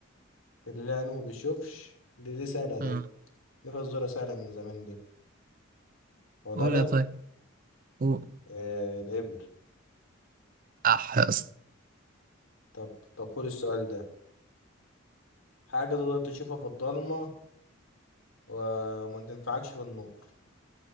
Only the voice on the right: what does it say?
اه
قول
يا طيب قول
اح يا اسطى